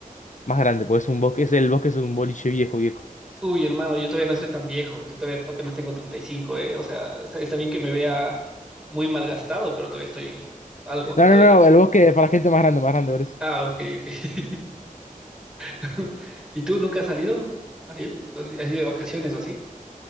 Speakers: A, on the left; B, in the centre.
A: más grande, porque es un bosque,
B: <laughs>
A: es el bosque es un boliche viejo, viejo.
B: Uy, hermano, yo todavía no estoy tan viejo, yo todavía apenas tengo treinta y cinco ¿eh? O sea, está, está bien que me vea muy malgastado, pero todavía estoy algo,
A: No,
B: todavía
A: no, no,
B: no.
A: el bosque es para gente más grande, más grande, por eso.
B: Ah, ok, ok. <laughs> ¿Y tú nunca has salido, Ariel? ¿Has has ido de vacaciones o así?